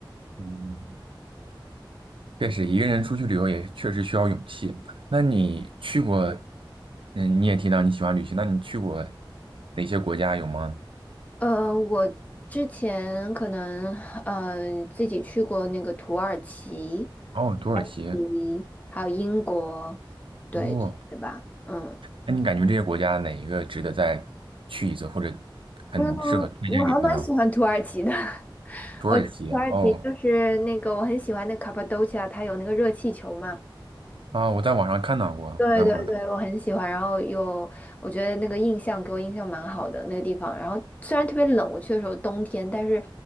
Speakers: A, on the right; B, on the left.
A: 嗯，确实一个人出去旅游也确实需要勇气。那你去过，嗯，你也提到你喜欢旅行，那你去过哪些国家有吗？
B: 呃，我之前可能嗯、呃自己去过那个土耳其，
A: 哦，土耳其，
B: 嗯，还有英国，对，
A: 哦，
B: 对吧？嗯
A: 那你感觉这些国家哪一个值得再去一次，或者很适合推荐给朋友？
B: 嗯，我还蛮喜欢土耳其的。<laughs>
A: 土耳其哦
B: 我觉得土耳其就是那个我很喜欢那个卡帕多奇亚，它有那个热气球嘛。
A: 啊，我在网上看到过，
B: 对对对，
A: 我在网上看，
B: 我很喜欢，然后又我觉得那个印象给我印象蛮好的那个地方，然后虽然特别冷，我去的时候冬天，但是